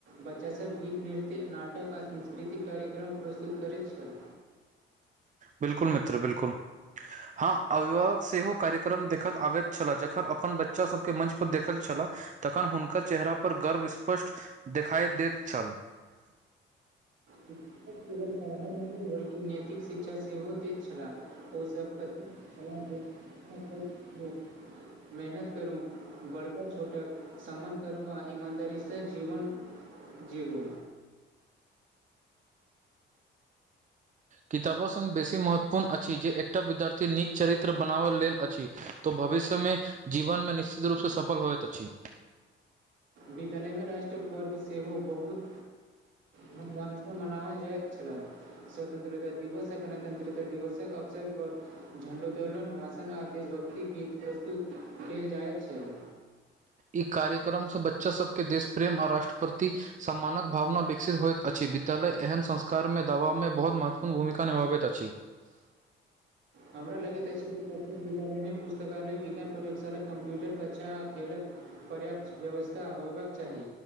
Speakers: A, on the right; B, on the right.
A: बच्चासब गीत नृत्य नाटक आ सांस्कृतिक कार्यक्रम प्रस्तुत करैत छल
B: बिलकुल मित्र बिलकुल ह अभिभावक सेहो कार्यक्रम देखैत आबैत छलाह जखन अपन बच्चा सभके मंच पर देखैत छलाह तखन हुनकर चेहरा पर गर्व स्पष्ट देखाइत दैत छल
A: शिक्षक केवल पढ़ाइ नहि बल्कि नैतिक शिक्षा सेहो दैत छलाह ओ सब कतेक कला दिस सेहो <unintelligible> मेहनत करु बड़को छोटक सम्मान करू आ ईमानदारी से जीवन जीबु
B: किताबो संग बेसी महत्वपूर्ण अछि जे एकटा विद्यार्थी नीक चरित्र बनाबैय लेल अछि तऽ भविष्य मे जीवन मे निश्चित रूप स सफल होइत अछि
A: विद्यालय मे राष्ट्रीय पर्व सेहो बहुत धूम धाम सऽ मनाओल जायत छला स्वतंत्रता दिवस आ गणतंत्रता दिवसक अवसर पर झंडो त्तोलन भाषण आ देशभक्त गीत प्रस्तुत कयल जाइत छल
B: इ कार्यक्रम सब बच्चा सबके देश प्रेम आओर राष्ट्र प्रति सम्मानक भावना विकसित होइत अछि विद्यालय एहन संस्कार मे दबाव मे बहुत महत्वपूर्ण भूमिका निभाबैत अछि
A: हमरा लगैत अछि जे प्रत्येक विद्यालय मे पुस्तकालय विज्ञान प्रयोगशाला कम्प्यूटर कक्षा आ खेलक पर्याप्त व्यवस्था होयबाक चाही